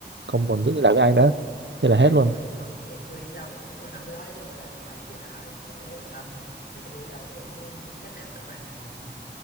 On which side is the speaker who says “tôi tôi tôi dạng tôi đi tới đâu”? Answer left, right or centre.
Left